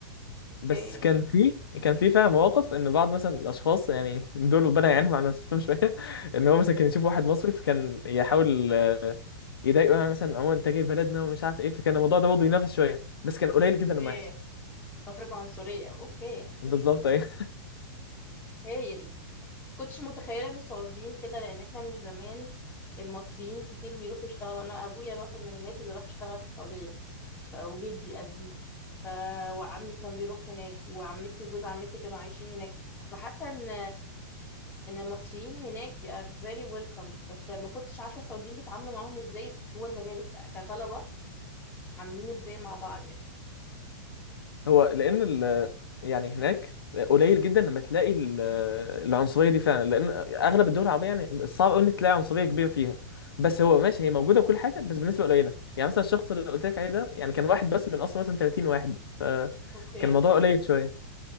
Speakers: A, on the left (about 15°); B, on the left (about 85°).
A: اوكي
B: بس كان في كان في فعلا مواقف ان بعض مثلا الاشخاص يعني <laughs> دول ربنا يعينهم على نفسهم شويه <laughs> ان هو مثلا كان يشوف واحد مصري فكان يحاول آه، يضايقه يعني مثلا عموما انت جاي بلدنا ومش عارف ايه فكان الموضوع ده برضه ينافس شويه بس كان قليل
A: اوكي
B: جدا لما يحصل
A: تفرقة عنصرية اوكي
B: بالظبط ايه
A: هايل كنتش متخيله ان السعوديين كده لان احنا من زمان المصريين كتير بيروحوا يشتغلوا انا ابويا واحد من الناس اللي راح يشتغل في السعوديه ف- وجدي قبليه ف... وعمي كان بيروح هناك وعمتي وجوز عمتي كانوا عايشين هناك فحاسه ان ان المصريين هناك they are very welcome بس ما كنتش عارفه السعوديين بيتعاملوا معاهم ازاي جوه المدارس بقى كطلبه عاملين ازاي مع بعض يعني
B: هو لان ال... يعني هناك قليل جدا لما تلاقي ال- العنصريه دي فعلا لان اغلب الدول العربيه يعني صعب قوي ان تلاقي عنصريه كبيره فيها بس هو ماشي هي موجوده وكل حاجه بس بالنسبه قليله يعني مثلا الشخص اللي قلت لك عليه ده يعني كان واحد بس من اصلا مثلا 30 واحد فكان
A: اوكي
B: الموضوع قليل شويه